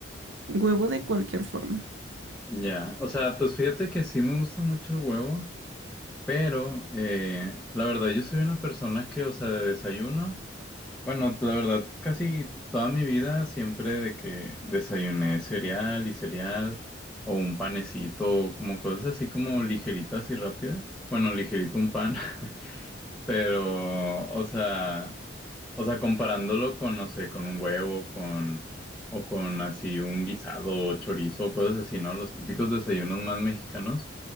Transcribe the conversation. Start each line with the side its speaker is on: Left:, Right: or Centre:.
Right: huevo de cualquier forma.
Centre: Ya, o sea, pues fíjate que sí me gusta mucho el huevo, pero eh, la verdad yo soy una persona que, o sea, de desayuno. Bueno, la verdad, casi toda mi vida siempre de que desayuné cereal y cereal o un panecito, como cosas así como ligeritas y rápidas. Bueno, ligerito un pan, <laughs> pero, o sea, o sea, comparándolo con, no sé, con un huevo, con, o con así un guisado o chorizo, o cosas así, ¿no? Los típicos desayunos más mexicanos.